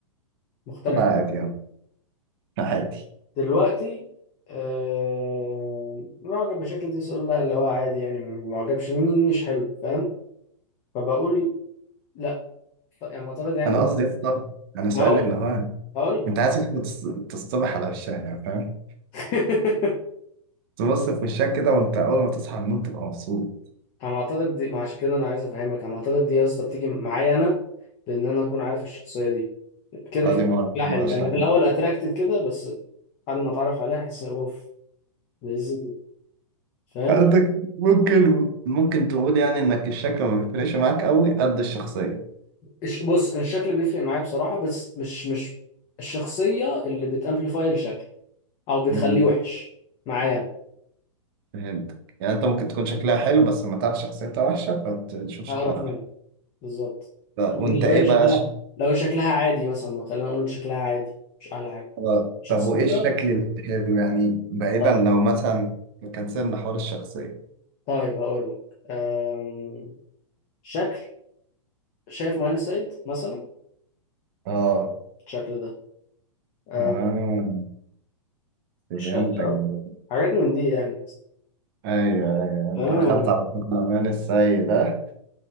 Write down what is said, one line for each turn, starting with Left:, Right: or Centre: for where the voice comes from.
Left: مختلف
Right: ده عادي
Left: عن الجديد.
Right: اه عادي
Left: دلوقتي آه معجب بشكل دي سؤال لا اللي هو عادي يعني معجبش مني مش حلو فاهم فبقول لا ف- يعني معتقد يعني
Right: انا قصدي يا اسطى انا سؤالي
Left: هقول
Right: اللي هو
Left: هقول لك
Right: انت عايز واحدة تص- تصطبح على وشها يعني فاهم
Left: <laughs>
Right: تبص في وشها كده وانت اول ما تصحى من النوم تبقى مبسوط
Left: انا معتقد دي ما عشان كده انا عايز افهمك انا معتقد دي يا اسطى بتيجي معايا انا بان انا اكون عارف الشخصيه دي كده
Right: اه
Left: كده
Right: دي ما أعرف-
Left: لا
Right: ما
Left: حلو
Right: اعرفش
Left: يعني
Right: أعمل.
Left: في الاول اتراكتد كده بس بعد ما اتعرف عليها احس اوف لذيذ جدا. فاهم
Right: قصدك ممكن ممكن تقول يعني انك الشكل ما بيفرقش معاك قوي قد الشخصيه
Left: الش- بص أنا الشكل بيفرق معايا بصراحة بس مش مش الشخصية اللي بتامبليفاي الشكل او بتخليه
Right: امم
Left: وحش معايا
Right: فهمتك يعني انت ممكن تكون شكلها حلو بس لما تعرف شخصيتها وحشه فتشوف شكلها
Left: انا هقرف
Right: وحش
Left: منه بالظبط
Right: ف- وانت
Left: لكن لو
Right: ايه
Left: هي
Right: بقى
Left: شكلها
Right: الشكل-
Left: لو هي شكلها عادي مثلا خلينا نقول شكلها عادي مش احلى حاجة
Right: آه،
Left: شخصيتها
Right: طب وايه الشكل الحلو يعني بعيدا
Left: طيب
Right: لو مثلا كان سيبنا حوار الشخصيه
Left: طيب هقول لك أم... شكل شايف ماين سايد مثلا
Right: اه
Left: الشكل ده أم...
Right: آه. فهمتك
Left: اشكال آه،
Right: دلوقتي
Left: حاجات من دي يعني
Right: ايوه ايوه انت
Left: تمام
Right: دخلت على طول الامان السيء ده